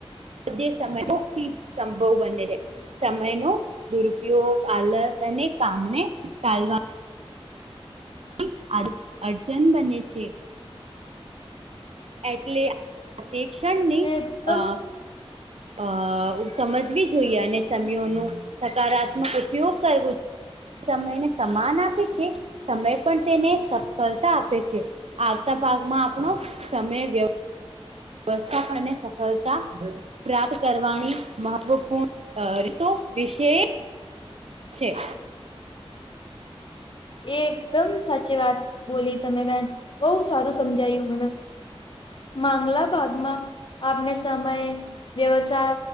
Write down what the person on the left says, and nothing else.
એકદમ
<unintelligible>
એકદમ સાચીવાત બોલી તમે બેન બહુ સારું સમજાયું મને. માંગલા ભાગમાં આપણે સમય વ્યવસા